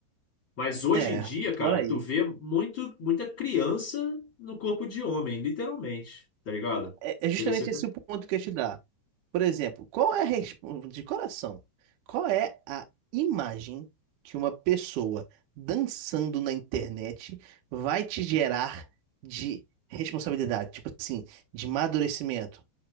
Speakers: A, on the left (about 55°); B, on the right (about 75°).
A: Mas hoje
B: é,
A: em dia, cara,
B: por aí.
A: tu vê muito, muita criança no corpo de homem, literalmente, tá ligado?
B: É é
A: Chega
B: justamente
A: a ser. até-
B: esse o ponto que eu ia te dar. Por exemplo, qual é a resp- de coração? Qual é a imagem que uma pessoa dançando na internet vai te gerar de responsabilidade? Tipo assim, de amadurecimento,